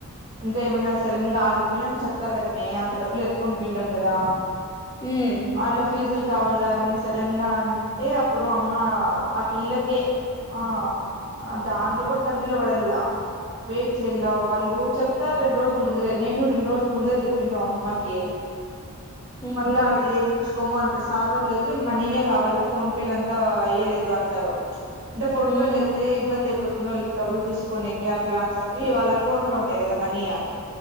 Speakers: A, on the right; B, on the left.
A: ఇంకా ఏమన్నా సడేన్ గా ఆడిగిపోయినంక చెప్తారు. గదమ్మీ అంత డబ్బులు ఎత్తుకొని పోయిండాం గదా
B: హ్మ్. హ్మ్. హ్మ్.
A: అల్ల ఫీజుల్ కావాల్ల మొన్న సడన్ గా అంటే అప్పుడు అమ్మ ఆ పిల్లకే ఆ దానిలో కూడా తంటలు పడల్లా వెయిట్ చేయల్ల వాళ్ళు చెప్తారు. రెండు రోజుల ముందరే నేను రెండు రోజుల ముందే చెప్పింట అమ్మకి
B: హ్మ్.
A: మళ్ళ
B: హ్మ్.
A: అది ఏయిచ్చుకోమ్మాంటే సారోళ్ళు లేదు తెమ్మ నేనే కావాల్ల ఫోన్ పేలంతా అయ్యలేదు అంటారు. అంటే ఫోన్ పే
B: హ్మ్. హ్మ్.
A: అయితే ఇబ్బంది అయిపోతుంది వాళ్ళకి డబ్బులు తీసుకోనీకి అట్లా అని చెప్పి వాళ్ళ అకౌంట్ లో ఉంటాయి. కదా మనీ